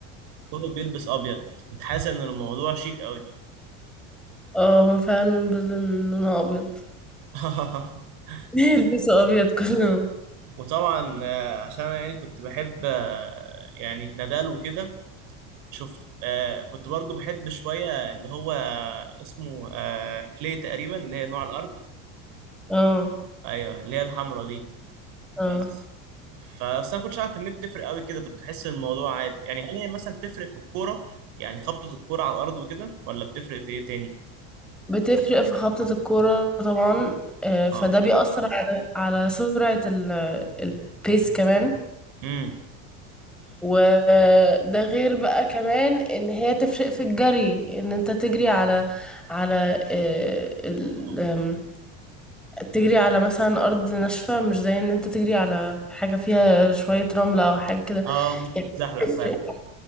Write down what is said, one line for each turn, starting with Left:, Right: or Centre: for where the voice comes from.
Right: كله بيلبس ابيض كنت حاسس ان الموضوع شيك قوي
Centre: آه، هو فعلًا Belden لونها أبيض. <laughs>
Right: <laughs>
Centre: بيلبسوا أبيض كلّهم.
Right: وطبعا آه، عشان أنا يعني كنت بحب آه، يعني نادال وكده شفت آه، كنت برضو بحب شوية اللي هو اسمه آه، كلي تقريبا اللي هي نوع الأرض
Centre: آه،
Right: أيوه اللي هي الحمرا دي
Centre: آه.
Right: بس فأصل أنا كنتش عارف إن هي بتفرق قوي كده كنت بحس إن الموضوع عادي يعني هل هي مثلا بتفرق في الكورة يعني خبطة الكورة على الأرض وكده ولا بتفرق في إيه تاني؟
Centre: بتفرق في خبطة الكورة طبعًا، آآ فده
Right: اه
Centre: بيأثّر على على سرعة ال الpace كمان،
Right: امم
Centre: وده غير بقى كمان إن هي تفرق في الجري، إن أنت تجري على على آآ ال
Right: اه
Centre: آمم، تجري على مثلًا أرض ناشفة مش زي إن أنت تجري على حاجة فيها شوية رملة أو حاجة كده،
Right: آه،
Centre: يعني
Right: بتزحلق
Centre: بتفرق.
Right: فعلا